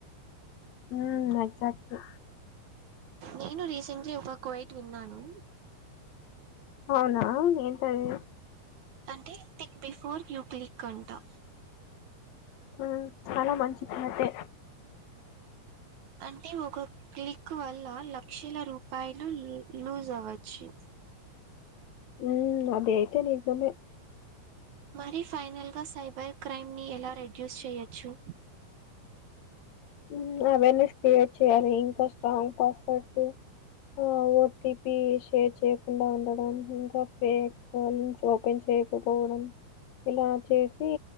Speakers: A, on the left (about 55°); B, on the right (about 60°).
A: ఉహ్మ్ ఎగ్జాట్లి.
B: నేను రీసెంట్లీ ఒక కోవైట్ విన్నాను.
A: హోనా ఏంటాది.
B: తంటే థిక్ బిఫోర్ యూ క్లిక్ అంటా.
A: హు చాలా మంచికునాటే
B: అంటే ఒక క్లిక్ వల్ల లక్షల రూపాయలు లు లూజ్ అవ్వచ్చు.
A: ఉమ్ అది అయితే నిజమే.
B: మరి ఫైనల్గా సైబర్ క్రైమ్ని ఎలా రెడ్యూస్ చేయొచ్చు.
A: ఉహ్ అవేర్నెస్ క్రియేట్ చేయ్యాలి, ఇంకా స్ట్రాంగ్ కాస్ఫర్ట్స్. ఓ ఓకే పీ షేర్ చేయకుండా ఉండడానికి ఇంకా ఫ్రేక్. రో లింక్స్ ఓపెన్ చేయకపోవడం ఇలా చేసి